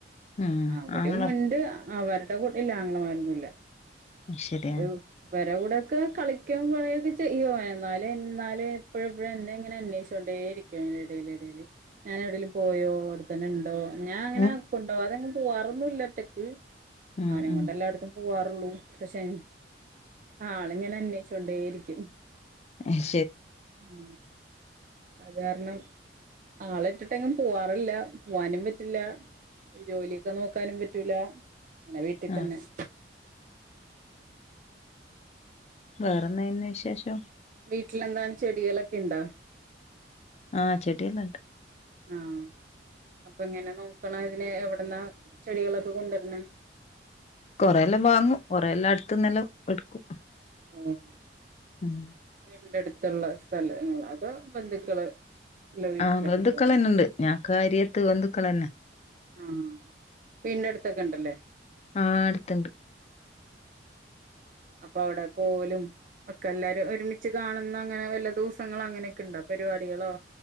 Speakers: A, on the left; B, on the right.
A: ഉം
B: അവരും
A: ആങ്ങള
B: ഉണ്ട് അവരുടെ കൂടെ ഇല്ല ആങ്ങളമാരൊന്നുല്ല
A: ശരിയാ
B: അപ്പോ ഇവരെ കൂടെക്കെ കളിക്കേം പറയോക്കെ ചെയ്യും അവൻ എന്നാല് എന്നാല് എപ്പഴും എപ്പഴും എന്നെ ഇങ്ങനെ അന്വേഷിച്ചു കൊണ്ടേ ഇരിക്കും എടെല് എടെല് ഞാന് എവിടേലും പോയോ അവിടെത്തന്നെ ഇണ്ടോ ഞാൻ അങ്ങനെ
A: ഉം
B: കൊണ്ടുപോവാതെ എങ്ങും പോവാറൊന്നുവില്ല ഒറ്റക്ക്
A: ഉം
B: അവനെ
A: ഉം
B: കൊണ്ട് എല്ലായിടത്തും- പോവാറുള്ളൂ പക്ഷെ ആള് ഇങ്ങനെ അന്വേഷിച്ച് കൊണ്ടേരിക്കും
A: ആ <unintelligible>
B: ആ അത് കാരണം ആളെ ഇട്ടിട്ടെങ്ങും പോവാറില്ല പോവാനും പറ്റില്ല ജോലിയൊക്കെ നോക്കാനും പറ്റൂല ഇങ്ങനെ വീട്ടിൽ
A: ആ
B: തന്നെ-
A: വേറെന്ന പിന്നെ വിശേഷം
B: വീട്ടിലെന്താണ് ചെടികളൊക്കെ ഇണ്ടാ
A: ആഹ് ചെടിയെല്ലാം ഉണ്ട്
B: ആഹ് അപ്പൊ എങ്ങനെ നോക്കണം ഇതിനെ എവിടന്നാ ചെടികളൊക്കെ കൊണ്ടുവരണ
A: കൊറെ എല്ലാം വാങ്ങൂ കൊറെല്ലാം അടുത്ത്ന്നല്ലാം എടുക്കും
B: ആഹ്
A: ഉം
B: എന്റെ അടുത്തുള്ള സ്ഥലങ്ങ അതോ ബന്ധുക്കള് ഉള്ള വീട്ടിലൊക്കെ
A: ആഹ് ബന്ധുക്കൾ
B: പോകുമ്പോ
A: തന്നെണ്ട് ഞങ്ങക്ക് അരിയത്ത് ബന്ധുക്കൾ തന്നെ
B: ആഹ് വീടിന്റെ അടുത്തൊക്കെ ഉണ്ടല്ലേ
A: ആ അടുത്തണ്ട്
B: അപ്പൊ അവിടെ പോലും ഒക്കെ എല്ലാരും ഒരുമിച്ച് കാണുന്ന അങ്ങനെ വല്ല ദിവസങ്ങള അങ്ങനെയൊക്കെ ഉണ്ട അ പരിപാടികളോ